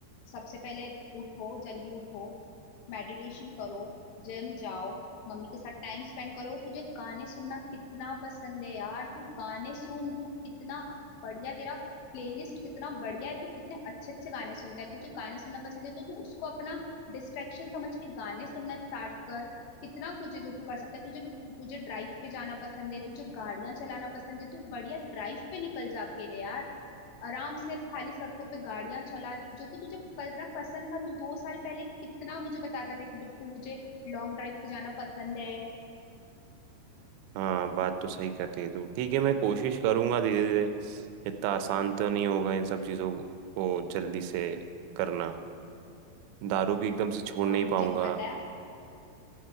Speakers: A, on the left; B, on the right.
A: सबसे पहले उठो जल्दी उठो मेडिटेशन करो जिम जाओ मम्मी के साथ टाइम स्पेंड करो तुझे गाने सुनना कितना पसंद है यार तू गाने सुन तू कितना बढ़िया तेरा प्लेलिस्ट कितना बढ़िया है तू कितने अच्छे अच्छे गाने सुनता है तुझे गाने सुनना पसंद है तो तू उसको अपना डिस्ट्रैक्शन समझ के गाने सुनना स्टार्ट कर कितना कुछ है जो तू कर सकता है तुझे तुझे ड्राइव पे जाना पसंद है तुझे गाड़ियां चलाना पसंद है तू बढ़िया ड्राइव पे निकल जा अकेले यार आराम से खाली सड़कों पे गाड़ियां चला जो कि तुझे पढ़ना पसंद था तो दो साल पहले कितना मुझे बताता था कि बिट्टू मुझे लॉन्ग ड्राइव पे जाना पसंद है
B: हाँ बात तो सही करती है तू ठीक है मैं कोशिश करूँगा धीरे धीरे इतना आसान तो नहीं होगा इन सब चीज़ों को जल्दी से करना दारू भी एकदम से छोड़
A: हाँ
B: नहीं
A: मुझे
B: पाऊंगा
A: भी पता है